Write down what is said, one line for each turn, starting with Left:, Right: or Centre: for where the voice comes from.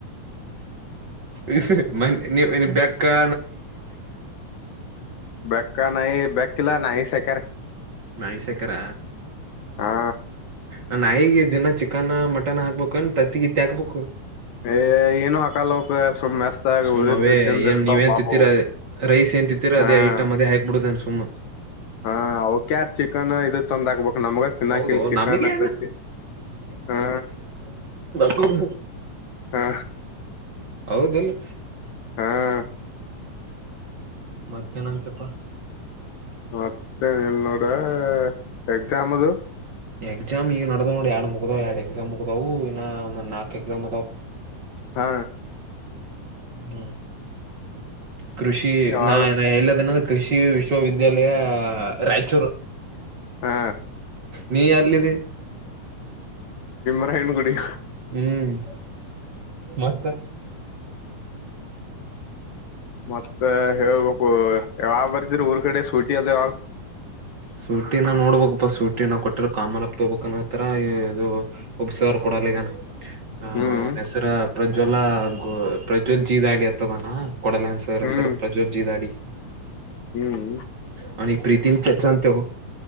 Right: ಇ ಫಿರಿ ಮನ್ನೇ. ನೀವ್ ಇನ್ ಬೆಕ್ಕಾ.
Left: ಬೆಕ್ಕ ನಾಯಿ ಬೆಕ್ಕಿಲ್ಲ ನಾಯಿ ಸಾಕ್ಯರ.
Right: ನಾಯಿ ಸಕ್ಯರ,
Left: ಹಾ
Right: ಆ ನಾಯಿಗೆ ದಿನ ಚಿಕನ್ ಮಟನ್ ಹಾಕ್ಬೇಕೇನ ತತ್ತಿಗಿತ್ತಿ ಹಾಕ್ಬೇಕು.
Left: ಏ ಏನು ಆಕಲ್ ಆವ್ಕ್ ಸುಮ್ಮ್ ಮಸ್ತಾಗಿ
Right: ಸುಮ್
Left: ಉಳಿದು
Right: ಅವೇ
Left: ತಿಂದಿರ್ತಾವ್
Right: ಏನ್ ನೀವೇನ್
Left: ಪಾಪವು
Right: ತಿತ್ತೀರ ರೈಸ್ ಏನ್ ತಿತ್ತೀರ
Left: ಹಾ
Right: ಅದೇ
Left: ಹ
Right: ಐಟಮ್ ಅದೇ ಹಾಕ್ಬಿಡುದೇನ್ ಸುಮ್ಮ
Left: ಹಾ ಅವ್ ಕ್ಯಾಕ್ ಚಿಕನ್ ಇದು ತಂದಾಕಬೇಕು ನಮ್ಗ ಚಿನಾಕಿಲ್
Right: ಹೌದು
Left: ಚಿಕನ್
Right: ನಮ್ಗೇನ್
Left: ತತಿ ಹಾ.
Right: ಹೌ ಹ.
Left: ಹಾ
Right: ಹೌದಿಲ್ಲ.
Left: ಹಾ
Right: ಮತ್ತೇನ್ ಅಂತಿಯಪ್ಪ.
Left: ಮತ್ತೆ ಇನ್ ನೋಡೆ ಎಕ್ಸಾಮ್ ಅದು.
Right: ಎಕ್ಸಾಮ್ ಈಗ ನಡ್ದಾವ್ ನೋಡು ಎಡ್ ಮುಗ್ದಾವ್ ಎಡ್ ಎಕ್ಸಾಮ್ ಮುಗ್ದಾವು ಇನ್ನ್ ನಾಕ್ ಎಕ್ಸಾಮ್ ಅದಾವ್.
Left: ಹಾ.
Right: ಹ್ಮ್. ಕೃಷಿ
Left: ಯಾವಾಗ
Right: ನಾ ನ ಎಲ್ ಅದಿನ್ ಕೃಷಿ ವಿಶ್ವವಿದ್ಯಾಲಯ ರಾಯ್ಚೂರು.
Left: ಹಾ.
Right: ನೀ ಯಲ್ಲಿದಿ.
Left: ನಾಯನ್ಗುಡಿ.
Right: ಹ್ಮ್ ಮತ್ತ.
Left: ಮತ್ ತ್ತ ಹೇಳ್ಬ ಕು ಯಾವಾಗ್ ಬರ್ತಿರ್ ಊರ್ ಕಡೆ. ಸೂಟಿ ಆದ ಯಾವಾಗ್
Right: ಸೂಟಿನ ನೋಡ್ಬಬೇಕಪ್ಪ ಸೂಟಿನ ಕೊಟ್ಟಿಲ್ಲ ಕಾಮನಪ್ ತಬಬೇಕಕ್ನತ್ತ ಇಗ ಒಬ್ಸರು ಕೊಡಲ್ಲಗ್ಯಾನ. ಅವನ್
Left: ಹ್ಮ್
Right: ಹೆಸರ ಪ್ರಜ್ವಲ್ಲ ಗೋ ಪ್ರಜ್ವಲ್ಲಿ ಜೀ ದಾಡಿ ಅಂತ ಅದನ. ಕೊಡಲಾಗ್ಯಾನ್ ಸರ್
Left: ಹ್ಮ್
Right: ಸರ್ ಪ್ರಜ್ವಲ್ ಜಿ ದಾಡಿ
Left: ಹ್ಮ್
Right: ಅವ್ನಿಗ್ ಪ್ರೀತಿನ್ ಚೆಚ್ಚ ಅಂತ ಹೇಹೋ.